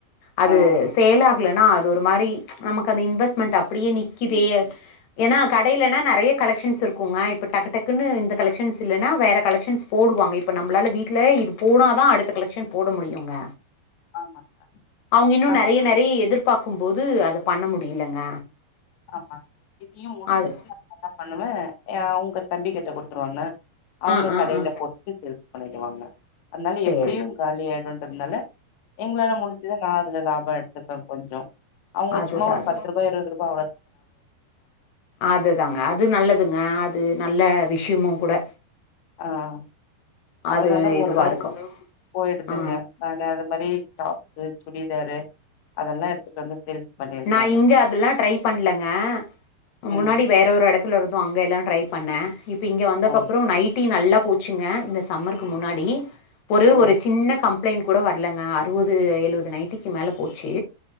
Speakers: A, on the left (about 65°); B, on the left (about 85°).
A: அது
B: ஆ
A: சேலா கலனா அது ஒரு மாரி நமக்கு அந்த இன்வெஸ்ட்மெண்ட் அப்டியே நிக்குதே
B: ம்
A: ஏன்னா கடையிலனா நெறைய கலெக்ஷன்ஸ் இருக்குங்க இப்போ டக்கு டக்குன்னு இந்த கலெக்ஷன்ஸ் இல்லன்னா வேற கலெக்ஷன்ஸ் போடுவாங்க இப்போ நம்மளால வீட்ல இது போனா தா அடுத்த கலெக்ஷன் போட முடியுங்க
B: ஆமாங்க.
A: அவுங்க இன்னு
B: நான்
A: நெறைய நெறை எதிர்ப் பாக்கும்போது அத பண்ண முடியலங்க
B: ஆமா <inaudible>
A: அது
B: பண்ணுவ எ உங்க தம்பி கிட்ட குடுத்துருவங்க அவுங்க
A: ஆ ஆ
B: கடையில
A: ஆ
B: போட்டு சேல்ஸ் பண்ணிடுவாங்க அதனால
A: போட்டு
B: எப்டியு காலி ஆயிடுன்றதுனால எங்களால முடிஞ்ச்சத நா அதுல லாப எடுத்துப்பே கொஞ்சோ அவுங்க
A: அவங்க
B: சும்மா ஒரு பத்ரூபா இருவது ரூபா
A: அதுதாங்க அது நல்லதுங்க அது நல்ல விஷயமு கூட
B: ஆஹ் அதனால
A: அது இதுவா
B: ஓரளவுக்கு
A: இருக்கு
B: போயிடுதுங்க
A: ஆ
B: ஆனா அது மாரி டாப்பு சுடிதாரு அதெல்லா எடுத்துட்டு வந்து சேல்ஸ் பண்ணிருக்கறானுங்க
A: நா இங்க அதெல்லா ட்ரை பண்ணலங்க முன்னாடி
B: ம்
A: வேற ஒரு எடத் த்துல இருந்தோ அங்க எல்லா ட்ரை பண்ணே இப்ப இங்க வந்தக்க
B: ஓ
A: அப்புற நைட் டி நல்லா போச்சுங்க இந்த சம்மருக்கு முன்னாடி ஒரு
B: ஓ
A: ஒரு சின்ன கம் பிளைன் கூட வரலங்க அறுவது எலுவது நைட்டிக்கு மேல போது ச்சு